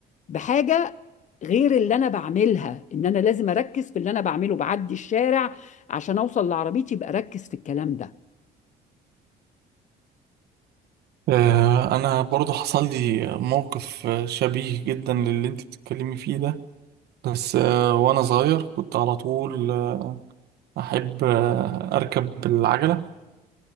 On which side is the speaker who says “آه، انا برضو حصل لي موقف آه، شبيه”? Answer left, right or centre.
Right